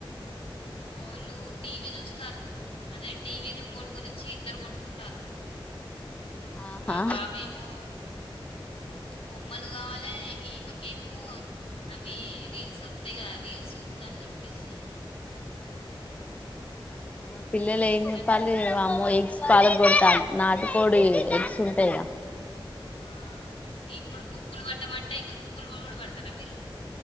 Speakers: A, on the left (about 90°); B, on the left (about 15°).
A: మా వాళ్ళు టీవీ చూస్తళ్ళు అదే టీవీ రిమోట్ గురించి ఇద్దరు కొట్టుకుంటాళ్ళు
B: ఆహా
A: మా బాబేమో బొమ్మలు కావాలి ఈమెకేమో అవి రీల్స్ వత్తాయిగా రీల్ చూత్తా అని చెప్పేసి
B: ఆ ఆ పిల్లల్ ఏం
A: ఇంగ
B: జేత్తాల్ల్ వామ్మో ఎగ్స్ పాలగకొడుతాళ్ళు నాటికోడి
A: ఆ
B: ఎగ్స్ ఉంటాయిగా
A: ఆ ఇప్పుడు బుక్కులు పట్టమంటే ఇంకా బుక్కులు వోయి కూడా పడతారా వీళ్ళు